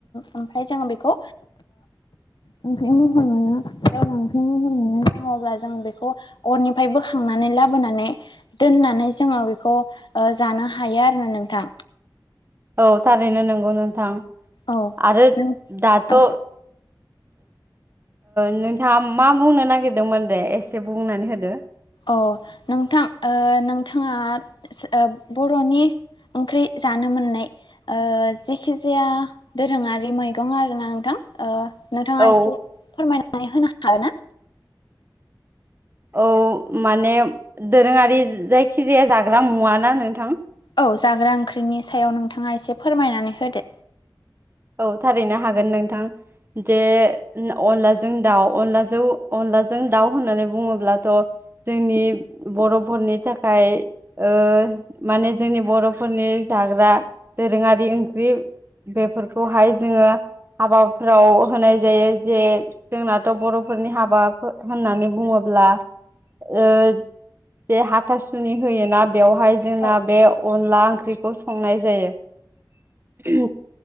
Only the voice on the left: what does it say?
ओमफ्राय जोङो बेखौ ओंख्रि महर मोनो जेब्ला ओंख्रि महर मोनो दङ अब्ला जों बेखौ अरनि मफाय बोखांनानै लाबोनानै दोननानै जोङो बेखौ जानो हायो आरो ना नोंथां।
औ
नों
औ
अ नोंथां ओ नोंथाङा बर'नि ओंख्रि जानो मोननाय ओ जिखिजाया दोरोङारि मैगं आरोना नोंथां? नोंथाङा
एसे फोरमायनानै होनो हागोन ना?
औ जाग्रा ओंख्रिनि सायाव नोंथाङा एसे फोरमायनानै होदो।
औ